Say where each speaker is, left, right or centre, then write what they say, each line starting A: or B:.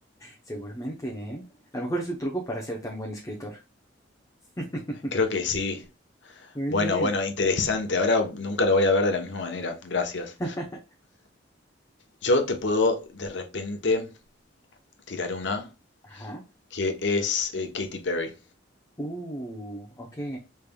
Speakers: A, on the left; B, on the left.
A: Seguramente, ¿eh? A lo mejor es su truco para ser tan buen escritor. <laughs>
B: Creo que sí.
A: Muy
B: Bueno,
A: bien.
B: bueno, interesante. Ahora nunca lo voy a ver de la misma manera. Gracias.
A: <laughs>
B: Yo te puedo de repente tirar una
A: Ajá.
B: que es eh, Katy Perry.
A: Uh, ok.